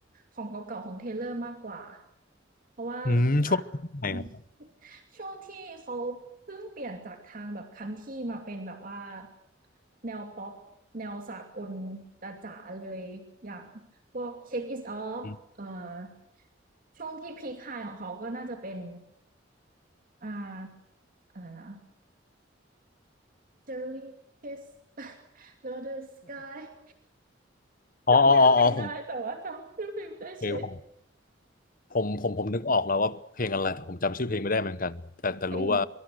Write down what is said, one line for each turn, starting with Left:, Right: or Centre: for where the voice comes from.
Right: ของเก่าๆของเทเลอร์มากกว่า เพราะว่าอ่ะ
Left: อืมช่วงไหนครับ
Right: <laughs> ช่วงที่เขาเพิ่งเปลี่ยนจากทางแบบคันทรี่มาเป็นแบบว่าแนวป๊อปแนวสากลจ๋าๆเลยอย่างพวก Shake It Off
Left: อ
Right: เอ่อช่วงที่พีคไฮของเขาก็น่าจะเป็นอ่าอะไรนะ Cherry Kiss <laughs> Another Sky
Left: ๋ออ๋ออ๋ออ๋อผม
Right: จำเนื้อเพลงได้แต่ว่าจำชื่อเพลงไม่ได้เชย
Left: เคยผมผมผมผมนึกออกแล้วว่าเพลงอะไรแต่ผมจำชื่อเพลงไม่ได้เหมือนกันแต่แต่รู้ว่า
Right: เพลง